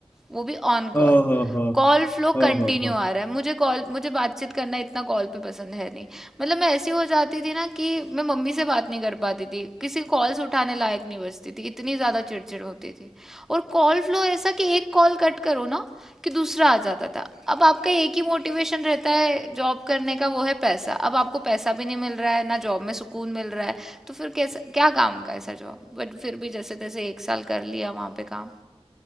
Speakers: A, in the centre; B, on the left.
A: वो भी on call
B: ओहो हो
A: Call flow
B: ओहो
A: continue
B: हो
A: आ रहा है मुझे कॉल मुझे बातचीत करना इतना कॉल पे पसंद है नहीं मतलब मैं ऐसी हो जाती थी ना कि मैं मम्मी से बात नहीं कर पाती थी किसी की कॉल्स उठाने लायक नहीं बचती थी इतनी ज़्यादा चिड़चिड़ होती थी और कॉल फ्लो ऐसा कि एक कॉल कट करो ना कि दूसरा आ जाता था अब आपका एक ही मोटिवेशन रहता है जॉब करने का वो है पैसा अब आपको पैसा भी नहीं मिल रहा है ना जॉब में सुकून मिल रहा है तो फिर कैसा क्या काम का ऐसा जॉब बट फिर भी जैसे तैसे एक साल कर लिया वहाँ पे काम